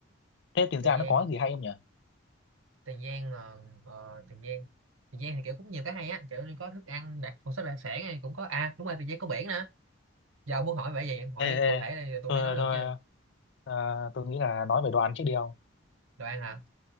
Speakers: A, on the left (about 55°); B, on the right (about 80°).
A: Thế Tiền
B: Tiền
A: Giang
B: Giang
A: nó có gì hay không nhỉ?
B: Tiền Giang là ờ, Tiền Giang Tiền Giang thì kiểu cũng nhiều cái hay á, kiểu như có thức ăn đặc một số đặc sản này cũng có à đúng rồi Tiền Giang có biển nữa. Giờ muốn hỏi vậy gì em hỏi
A: Ê
B: cụ
A: ê,
B: thể đây rồi tôi
A: tôi
B: mới nói được
A: tôi
B: chứ.
A: ờ, tôi nghĩ là nói về đồ ăn trước đi ông.
B: Đồ ăn hả?